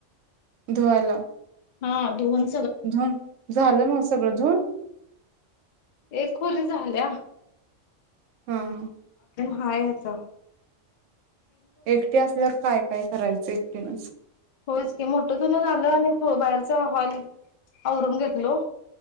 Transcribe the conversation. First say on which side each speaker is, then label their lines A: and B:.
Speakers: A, on the right; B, on the left.
A: धुवायला.
B: हा, धुण
A: धुण, झालं म सगळं धुण?
B: एक खोली झाल्या.
A: ह-ह.
B: हा ह्यात.
A: एकटी असल्यावर काय? काय करायचं एकटीनच?
B: होयच की, मोठ्ठं धुण झालं आणि भो बाहेरचा हॉल आवरून घेतलो.